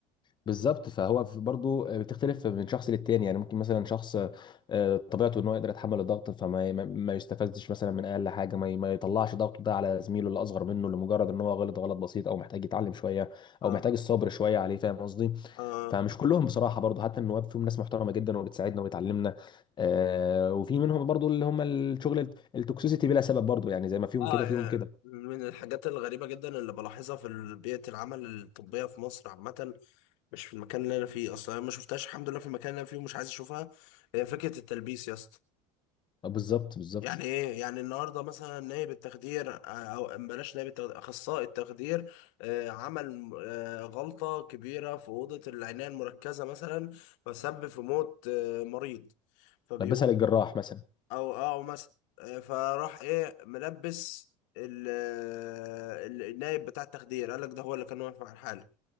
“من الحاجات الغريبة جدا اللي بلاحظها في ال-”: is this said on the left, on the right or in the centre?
Left